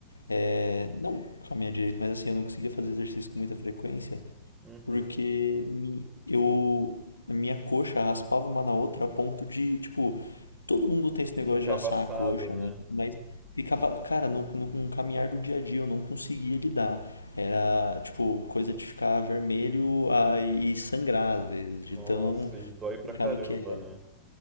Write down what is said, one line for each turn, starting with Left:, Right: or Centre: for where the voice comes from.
Left: É, não caminhar direito, mas assim, eu não conseguia fazer exercício com muita frequência.
Right: Uhum.
Left: Porque mi- eu, a minha coxa raspava uma na outra a ponto de, tipo, todo mundo tem esse
Right: Fica
Left: negócio de
Right: avassado,
Left: assar a coxa,
Right: né?
Left: né? Mas ficava, cara, no, no, com o caminhar do dia a dia eu não conseguia lidar. Era, tipo, coisa de ficar vermelho ah, e sangrar, às vezes, de
Right: Nossa,
Left: tão
Right: e dói
Left: complicado
Right: pra caramba,
Left: que é.
Right: né?